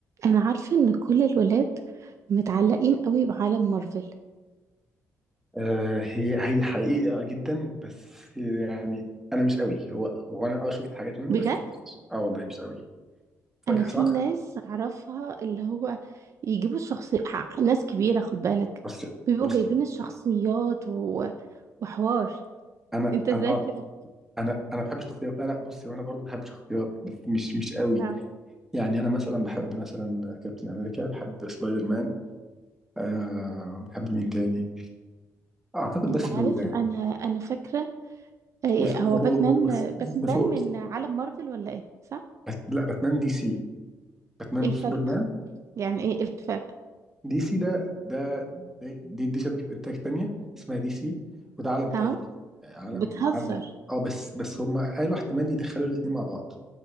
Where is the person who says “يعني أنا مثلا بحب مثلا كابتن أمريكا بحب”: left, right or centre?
Centre